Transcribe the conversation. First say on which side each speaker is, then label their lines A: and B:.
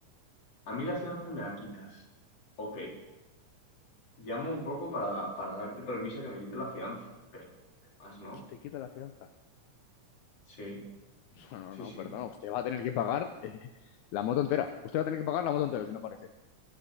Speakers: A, on the left; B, on the left.
A: A mí la fianza me la quitas. Ok, llamo un poco para, para darte permiso a que me quite la fianza, pero más no.
B: Que te quita la fianza. <laughs>
A: Sí,
B: No, no,
A: sí,
B: no,
A: sí.
B: perdona. Usted va a tener que pagar el- la moto entera. Usted va a tener que pagar la moto entera si no aparece.